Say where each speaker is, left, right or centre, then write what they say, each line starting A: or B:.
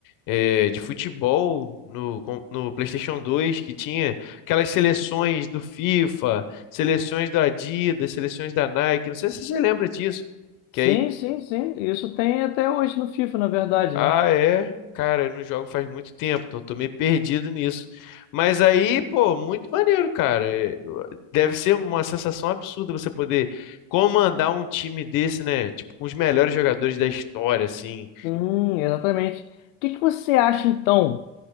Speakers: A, on the left; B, on the left.
A: eh, de futebol no, com- no PlayStation 2, que tinha aquelas seleções do FIFA, seleções da Adidas, seleções da Nike. Não sei se você lembra disso. Que
B: Sim,
A: aí
B: sim, sim. Isso tem até hoje no FIFA, na verdade,
A: Ah,
B: né?
A: é? Cara, eu não jogo faz muito tempo, então eu tô meio perdido nisso. Mas aí, pô, muito maneiro, cara. É, eu- Deve ser uma sensação absurda você poder comandar um time desse, né? Tipo, com os melhores jogadores da história, assim.
B: Sim, exatamente. O que que você acha então